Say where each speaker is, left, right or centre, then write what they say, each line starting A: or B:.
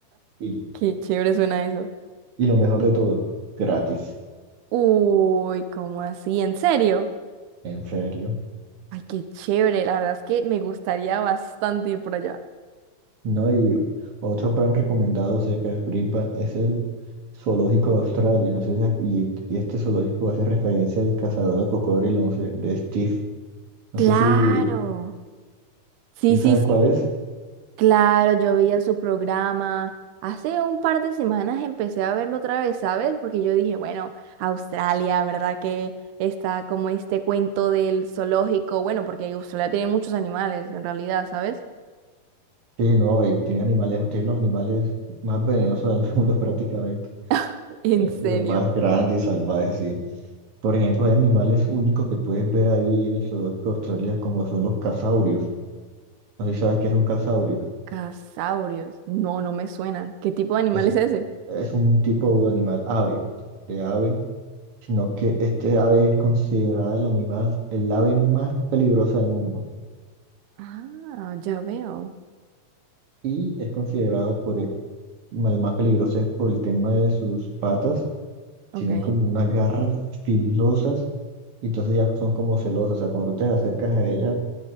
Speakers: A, on the right; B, on the right.
A: Y,
B: Qué chévere suena eso.
A: y lo mejor de todo, gratis,
B: Uy, ¿cómo así? ¿En serio?
A: en serio.
B: Ay, qué chévere. La verdad es que me gustaría bastante ir por allá.
A: No, y otro plan recomendado cerca del Brisbane es el Zoológico de Australia, no sé si, a- y, y este zoológico hace referencia al cazador de cocodrilo, no sé, de Steve. No
B: Claro.
A: sé si,
B: Sí,
A: si
B: sí,
A: sabes
B: sí.
A: cuál es.
B: Claro, yo veía su programa. Hace un par de semanas empecé a verlo otra vez, ¿sabes? Porque yo dije, bueno, Australia, ¿verdad? Que está como este cuento del zoológico. Bueno, porque Australia tiene muchos animales, en realidad, ¿sabes?
A: Sí, no, eh, tiene animales, tiene los animales más venenosos del mundo <laughs> prácticamente.
B: <laughs> ¿En
A: eh,
B: serio?
A: los más grandes y salvajes, sí. Por ejemplo, hay animales únicos que puedes ver ahí en el zoológico de Australia, como son los casaurios. No sé si sabes qué es un casaurio.
B: Casaurios. No, no me suena. ¿Qué tipo de animal
A: Es,
B: es ese?
A: es un tipo de animal, ave, de ave, sino que este ave es considerada el animal, el ave más peligrosa del mundo.
B: Ah, ya veo.
A: Y es considerado por el, el más peligroso es por el tema de sus patas. Tienen
B: Ok.
A: como unas garras filosas, y entonces ya son como celosas. O sea, cuando tú te acercas a ellas,